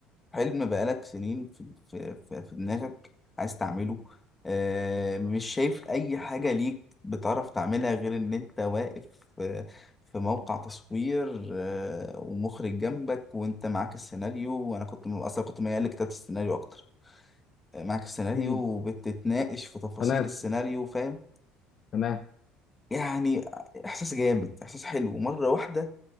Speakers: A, on the left; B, on the left.
A: حلم بقالك سنين في في في, في دماغك عايز تعمله اه مش شايف اي حاجة ليك بتعرف تعملها غير ان انت واقف في, في موقع تصوير اه ومخرج جنبك وانت معاك السيناريو وانا كنت اصلا كنت ميال لكتابة السيناريو اكتر آه، معاك السيناريو
B: مم.
A: وبتتناقش في تفاصيل
B: تمام
A: السيناريو فاهم
B: تمام
A: يعني احساس جامد احساس حلو مره واحده